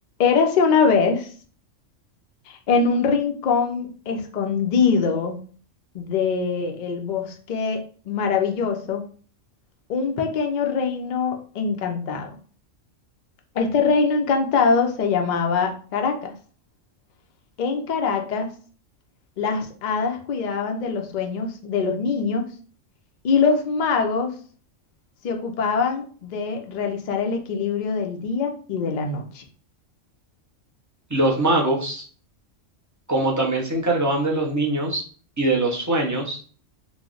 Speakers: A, on the left; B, on the right.
A: Érase una vez en un rincón escondido del bosque maravilloso un pequeño reino encantado. Este reino encantado se llamaba Caracas. En Caracas, las hadas cuidaban de los sueños de los niños y los magos se ocupaban de realizar el equilibrio del día y de la noche.
B: Los magos, como también se encargaban de los niños y de los sueños,